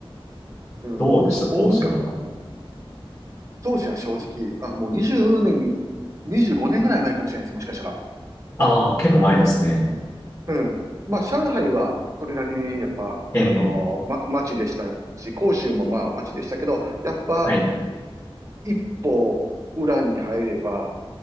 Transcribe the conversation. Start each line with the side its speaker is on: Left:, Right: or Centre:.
Right: うん、
Left: どうでした、
Right: もう、大昔、
Left: 当時は。
Right: 当時は正直、あ、もう20年、25年ぐらい前かもしれないです、もしかしたら。
Left: ああ、結構前ですね。
Right: うん。まあ、上海は、それなりに、やっぱ、
Left: ええ
Right: あのーま、町でしたし、広州もまあ、町でしたけど、やっぱ、
Left: はい、
Right: 一歩、裏に入れば、